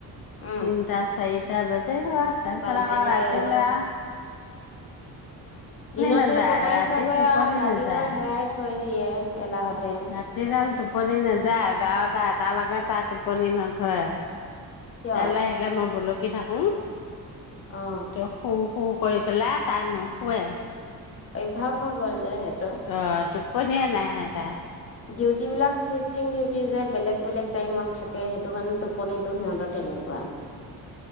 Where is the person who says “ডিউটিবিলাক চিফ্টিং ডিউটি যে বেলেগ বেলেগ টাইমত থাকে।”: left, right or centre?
Left